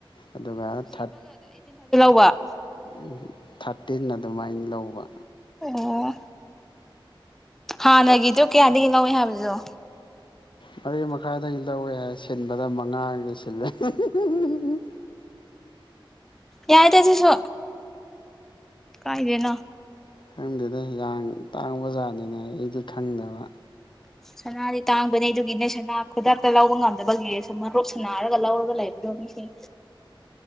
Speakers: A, on the left; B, in the centre.
A: ꯑꯗꯨꯒ ꯊꯥꯠ
B: ꯋꯥ
A: ꯎꯝ ꯊꯥꯔꯇꯤꯟ ꯑꯗꯨꯃꯥꯏꯅ ꯂꯧꯕ
B: ꯑꯣ ꯍꯥꯟꯅꯒꯤ ꯗꯣ ꯀꯌꯥꯗꯒꯤ ꯂꯧꯋꯦ ꯍꯥꯏꯕꯅꯤꯗꯣ
A: ꯃꯔꯤ ꯃꯈꯥꯏꯗꯒꯤ ꯂꯧꯋꯦ ꯍꯥꯏ ꯁꯤꯟꯕꯗ ꯃꯉꯥꯒꯤ ꯁꯤꯜꯂꯦ ꯎꯝ ꯍꯨꯝ ꯍꯨꯝ
B: ꯌꯥꯏꯇ ꯁꯤꯁꯨ ꯀꯥꯏꯗꯩꯅꯣ
A: ꯈꯪꯗꯦꯗ ꯌꯥꯡ ꯇꯥꯡꯕ ꯖꯥꯠꯅꯤꯅ ꯑꯩꯗꯤ ꯈꯪꯗꯕ
B: ꯁꯅꯥꯗꯤ ꯇꯥꯡꯕꯅꯦ ꯑꯗꯨꯒꯤꯅꯦ ꯁꯅꯥ ꯈꯨꯗꯛꯇ ꯂꯧꯕ ꯉꯝꯗꯕꯒꯤ ꯁꯨꯝ ꯃꯔꯨꯞ ꯁꯅꯥꯔꯒ ꯂꯧꯔꯒ ꯂꯩꯕꯗꯣ ꯃꯤꯁꯤꯡ